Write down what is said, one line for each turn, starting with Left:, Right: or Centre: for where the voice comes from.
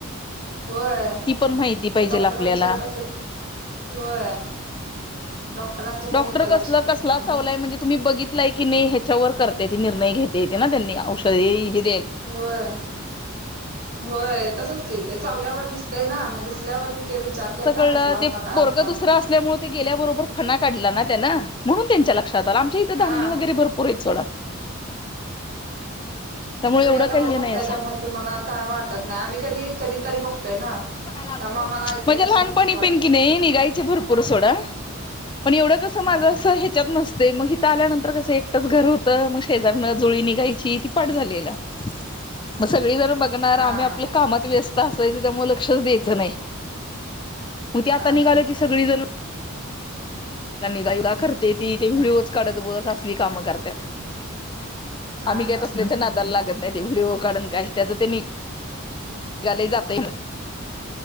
Right: होय
Left: ती पण माहिती पाहिजेल
Right: तर डॉक्टरांच्या
Left: आपल्याला
Right: येत असेल होय डॉक्टरांच्या पण
Left: डॉक्टर
Right: येत्या लक्षात
Left: कसं कसला चावलाय म्हणजे तुम्ही बघितलाय की नाही ह्याच्यावर करतात निर्णय घेत येते ना त्यांनी औषधी हे दयायला
Right: होय होय तसच कि ते चावल्यावर दिसतय ना मग दिसल्यावर ते विचारतात
Left: असं
Right: ना
Left: कळलं
Right: कसला होता
Left: ते
Right: काय
Left: पोरग
Right: होता
Left: दुसरा असल्यामुळे ते गेल्याबरोबर फना काढला ना त्यानं म्हणून त्यांच्या लक्षात आमच्या इथं
Right: हा
Left: धामणी वैगरे भरपूर आहेत सोडा त्यामुळे
Right: तुम्ही
Left: एवढं
Right: आता
Left: काही
Right: रोज
Left: हे
Right: बघताय
Left: नाही असं
Right: त्या म्हणून तुम्हाला काय वाटतं नाही आम्ही कधी कधी तरी बघतोय ना?
Left: म्हणजे
Right: त्यामुळे आम्हाला ऐकलं की अशी
Left: लहानपणी
Right: भीतीच वाटत्या
Left: पिन की नाही निघायची भरपूर सोडा पण एवढं कसं माझं
Right: हा
Left: असं ह्याच्यात नसते मग इथं आल्यानंतर कसं एकटच घर होत मग शेजारनं जुळी निघायची ती पाठ झालीला मग सगळी जण बघणार
Right: हा
Left: आम्ही आपल्या कामात व्यस्त असायचं त्यामुळे लक्षच द्यायचं नाही मग ते
Right: हा
Left: आता
Right: हा
Left: निघाल की सगळी जण आपला निगायुगा करते ती ते व्हिडिओच काढत बस असली कामं करतात
Right: हा
Left: आम्ही
Right: हा
Left: काय
Right: हा
Left: तसल्याच्या
Right: हा
Left: नादाला लागत नाही ते व्हिडिओ काढून काय त्याच ते निघाले जात